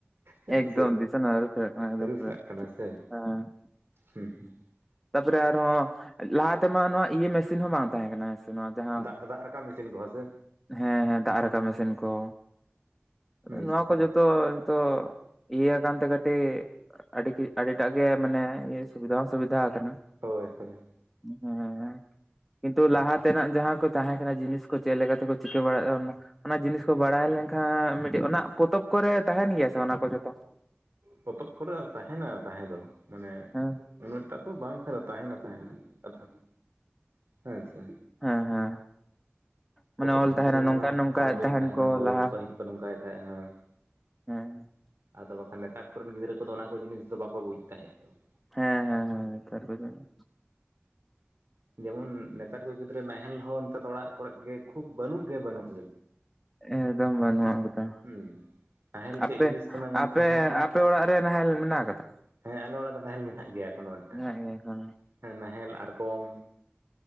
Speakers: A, on the right; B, in the centre.
A: ᱦᱮᱸ
B: ᱮᱠᱫᱚᱢ
A: ᱥᱮ
B: ᱫᱤᱥᱚᱢᱟ ᱟᱹᱨᱩᱯᱷᱮᱨᱟᱜ ᱠᱟᱱᱟ ᱮᱠᱫᱚᱢ
A: ᱟᱹᱨᱩ
B: ᱯᱩᱨᱟᱹ
A: ᱯᱷᱮᱨᱟᱜ
B: ᱦᱮᱸ
A: ᱠᱟᱱᱟ ᱥᱮ ᱦᱩᱸ ᱦᱩᱸ
B: ᱛᱟᱨᱯᱚᱨᱮ ᱟᱨᱦᱚᱸ ᱞᱟᱦᱟ ᱛᱮᱢᱟ ᱱᱚᱣᱟ ᱤᱭᱟᱹ ᱢᱮᱥᱤᱱ ᱦᱚᱸ ᱵᱟᱝ ᱛᱟᱦᱮᱸᱠᱟᱱᱟ ᱱᱚᱣᱟ ᱡᱟᱦᱟᱸ
A: ᱫᱟᱜ ᱫᱟᱜ ᱨᱟᱠᱟᱵ ᱢᱮᱥᱤᱱ ᱠᱚᱦᱚᱸ ᱥᱮ
B: ᱦᱮᱸ ᱦᱮᱸ ᱫᱟᱜ ᱨᱟᱠᱟᱵ ᱢᱮᱥᱤᱱ ᱠᱚ।
A: ᱦᱩᱸ
B: ᱱᱚᱣᱟ
A: ᱦᱩᱸ
B: ᱠᱚ ᱡᱚᱛᱚ ᱱᱤᱛᱚᱜ ᱤᱭᱟᱹ ᱠᱟᱱᱛᱮ ᱠᱟᱹᱴᱤᱡ ᱟᱹᱰᱤᱜᱤ ᱟᱹᱰᱤᱴᱟᱜ ᱜᱮ ᱢᱟᱱᱮ ᱥᱩᱵᱤᱫᱷᱟ ᱦᱚᱸ ᱥᱩᱵᱤᱫᱷᱟ ᱟᱠᱟᱱᱟ᱾
A: ᱦᱳᱭ᱾ ᱦᱳᱭ
B: ᱦᱮᱸ, ᱠᱤᱱᱛᱩ ᱞᱟᱦᱟ ᱛᱮᱱᱟᱜ ᱡᱟᱦᱟᱸ ᱠᱚ ᱛᱟᱦᱮᱸ ᱠᱟᱱᱟ ᱡᱤᱱᱤᱥ ᱠᱚ, ᱪᱮᱫᱞᱮᱠᱟ ᱛᱮᱠᱚ ᱪᱤᱠᱟᱹ ᱵᱟᱲᱟᱭᱟ ᱚᱱᱟ ᱚᱱᱟ ᱡᱤᱱᱤᱥ ᱠᱚ ᱵᱟᱲᱟᱭ ᱞᱮᱱᱠᱷᱟᱱ ᱢᱤᱫᱴᱤᱡ ᱚᱱᱟ ᱯᱚᱛᱚᱵ ᱠᱚᱨᱮ ᱛᱟᱦᱮᱱ ᱜᱮᱭᱟ ᱥᱮ ᱚᱱᱟ ᱠᱚ ᱡᱷᱚᱛᱚ ᱾
A: ᱯᱚᱛᱚᱵ ᱠᱚᱨᱮ ᱛᱟᱦᱮᱱᱟ ᱛᱟᱦᱮᱸ ᱫᱚ ᱢᱟᱱᱮ
B: ᱦᱮᱸ
A: ᱾ ᱩᱱᱟᱹᱜᱴᱟ ᱛᱚ ᱵᱟᱝᱠᱷᱟᱱ ᱛᱟᱦᱮᱱᱟ ᱛᱟᱦᱮ ᱫᱚ ᱠᱟᱛᱷᱟ ᱦᱮᱸ ᱥᱮ
B: ᱦᱮᱸ ᱦᱮᱸ, ᱢᱟᱱᱮ
A: ᱯᱚᱛᱚᱵ
B: ᱚᱞ
A: ᱯᱩᱛᱷᱤ
B: ᱛᱟᱦᱮᱱᱟ
A: ᱨᱮᱢᱟ
B: ᱱᱚᱝᱠᱟ ᱱᱚᱝᱠᱟ
A: ᱚᱞ ᱵᱤᱞ
B: ᱛᱟᱦᱮᱱ
A: ᱛᱟᱦᱮᱱᱟ
B: ᱠᱚ
A: ᱦᱳᱭ
B: ᱞᱟᱦᱟ
A: ᱯᱟᱹᱦᱤᱞ ᱠᱚ ᱱᱚᱝᱠᱟᱭ ᱛᱟᱦᱮᱸᱜᱼᱟ
B: ᱦᱮᱸ,
A: ᱟᱫᱚ ᱵᱟᱠᱷᱟᱱ ᱱᱮᱛᱟᱨ ᱠᱚᱨᱮᱱ ᱜᱤᱫᱽᱨᱟᱹ ᱠᱚᱫᱚ ᱚᱱᱟ ᱠᱚ ᱡᱤᱱᱤᱥ ᱫᱚ ᱵᱟᱠᱚ ᱵᱩᱡ ᱛᱟᱦᱮᱸᱫ ᱫᱚ ᱾
B: ᱦᱮᱸ ᱦᱮᱸ ᱦᱮᱸ ᱱᱮᱛᱟᱨ ᱠᱚᱫᱚ ᱦᱩᱸ᱾
A: ᱡᱮᱢᱚᱱ ᱱᱮᱛᱟᱨ ᱠᱚ ᱜᱤᱫᱽᱨᱟᱹ ᱱᱟᱦᱮᱞ ᱦᱚᱸ ᱱᱮᱛᱟᱨ ᱫᱚ ᱚᱲᱟᱜ ᱠᱚᱨᱮᱜ ᱜᱮ ᱠᱷᱩᱵ ᱵᱟᱹᱱᱩᱜ ᱜᱮ ᱵᱟᱹᱱᱩᱜ ᱾
B: ᱮᱠᱫᱚᱢ ᱵᱟᱹᱱᱩᱜᱼᱟ ᱜᱚᱴᱟ ᱾
A: ᱦᱩᱸ ᱱᱟᱦᱮᱞ
B: ᱟᱯᱮ
A: ᱪᱮᱫ ᱡᱤᱱᱤᱥ ᱠᱟᱱᱟ ᱢᱮᱱᱛᱮ
B: ᱟᱯᱮ
A: ᱦᱮᱸ ᱢᱟ
B: ᱟᱯᱮ ᱚᱲᱟᱜ ᱨᱮ ᱱᱟᱦᱮᱞ ᱢᱮᱱᱟᱜ ᱟᱠᱟᱫᱟ?
A: ᱦᱮᱸ ᱟᱞᱮ ᱚᱲᱟᱜ ᱫᱚ ᱱᱟᱦᱮᱞ ᱢᱮᱱᱟᱜ ᱜᱮᱭᱟ ᱮᱠᱷᱚᱱᱳ ᱢᱤᱫᱴᱟᱝ
B: ᱢᱮᱱᱟᱜ
A: ᱾
B: ᱜᱮᱭᱟ ᱮᱠᱷᱚᱱᱳ ᱾
A: ᱦᱮᱸ ᱱᱟᱦᱮᱞ ᱟᱨᱜᱚᱢ